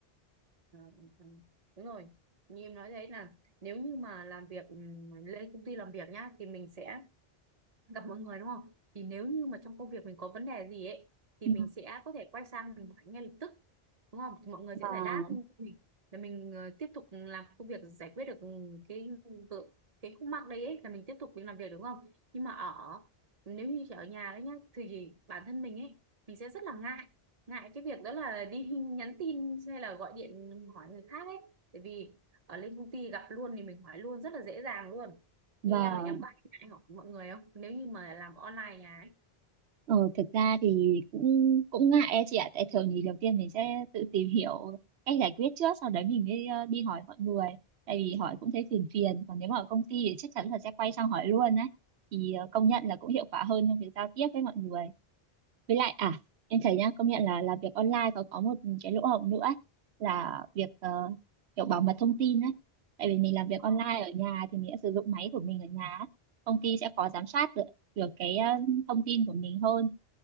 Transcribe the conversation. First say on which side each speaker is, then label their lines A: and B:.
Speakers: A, on the right (about 40°); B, on the right (about 85°).
A: Ờ, ừ, ừ. đúng rồi như em nói đấy là nếu như mà làm việc ừ, lên công ty làm việc nhá thì mình sẽ gặp mọi người đúng không thì nếu như mà trong công việc mình có vấn đề gì ấy thì
B: Ừ,
A: mình sẽ có thể quay sang mình hỏi ngay lập tức đúng không thì mọi người sẽ
B: và
A: giải đáp mình là mình ờ, tiếp tục làm công việc giải quyết được cái vợ- cái khúc mắc đấy ấy, là mình tiếp tục mình làm việc đúng không nhưng mà ở nếu như chỉ ở nhà đấy nhá thì bản thân mình ấy mình sẽ rất là ngại ngại cái việc đó là đi <laughs> nhắn tin hay là gọi điện hỏi người khác ấy bởi vì ở lên công ty gặp luôn thì mình hỏi luôn rất là dễ dàng luôn
B: và
A: như em thì em có anh hỏi mọi người không nếu như mà làm online nhà ấy
B: Ờ, thực ra thì cũng cũng ngại ấy chị ạ tại thường thì đầu tiên mình sẽ tự tìm hiểu cách giải quyết trước sau đấy mình mới ờ, đi hỏi mọi người tại vì hỏi cũng thấy phiền phiền còn nếu mà ở công ty thì chắc chắn là sẽ quay sang hỏi luôn đấy thì ờ, công nhận là cũng hiệu quả hơn trong việc giao tiếp với mọi người với lại à em thấy nhá công nhận là làm việc online còn có một cái lỗ hổng nữa ấy, là việc ờ, kiểu bảo mật thông tin ấy tại vì mình làm việc
A: Ờ,
B: online ở nhà thì mình sẽ sử dụng máy của mình ở nhà ấy. công ty sẽ khó giám sát được được cái ờ, thông tin của mình hơn